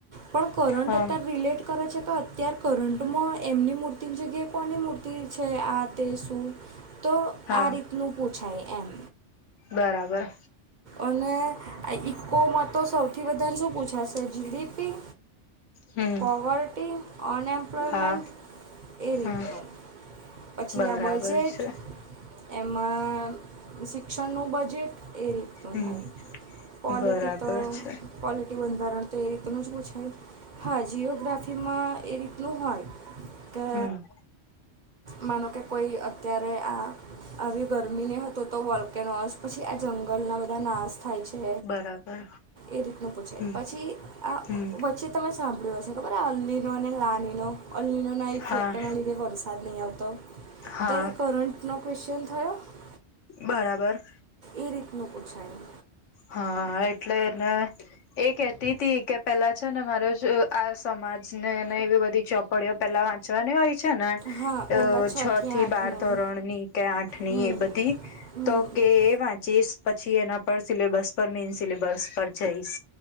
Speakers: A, on the right; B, on the left.
A: પણ કરંટતા
B: હા
A: રિલેટ કરે છે. અત્યારે કરંટમાં એમની મૂર્તિની જગ્યાએ કોની મૂર્તિ છે આ તે શું. તો
B: હા
A: આ રીતનું પૂછાય એમ.
B: બરાબર.
A: અને આ ઇકોમાં તો સૌથી વધારે શું પૂછાશે? જી. ડી. પી.
B: હમ
A: પવાર્ટી અનએમ્પ્લોયમેન્ટ
B: હા
A: એ રીતનુ
B: હમ
A: પછી
B: બરાબર
A: આ બજેટ
B: છે
A: એમાં શિક્ષણનું બજેટ એ રીતનું
B: હમ
A: થાય. ક્વોલિટી
B: બરાબર
A: તો
B: છે
A: ક્વોલિટી બંધારણ તો એ રીતનું જ પૂછાય. હા, જીઓગ્રાફી માં એ રીતનું હોય કે.
B: હમ
A: માનો કે કોઈ અત્યારે આ આવી ગરમી ને હતું, તો વોલ્કેનોસ પછી આ જંગલના બધા બધા નાશ થાય છે,
B: બરાબર
A: એ રીતનું પૂછે
B: હમ
A: પછી આ
B: હમ
A: વચ્ચે તમે સાંભળ્યું હશે ખબર. અને લાનીનો અલ્લીનો ના ઇફેક્ટના
B: હા
A: લીધે વરસાદ નહીં આવતો
B: હા
A: તો, એ કરણ <unintelligible>
B: બરાબર.
A: એ રીતનું પૂછાય.
B: હા, એટલે એને એ કેહેતી તી કે પેલા છે ને, મારો આ સમાજને ને, એવી બધી ચોપ પડિયો પેલા વાંચવા ની હોય. છે ને,
A: હા પહેલાં
B: અ
A: છથી
B: છ થી
A: આઠનું
B: બાર ધોરણ ની કે, આઠ ની
A: હમ
B: એ બધી
A: હમ
B: તો કે એ વાંચીસ પછી એના પર સિલેબસ પર મેન સિલેબસ પર જઈશ.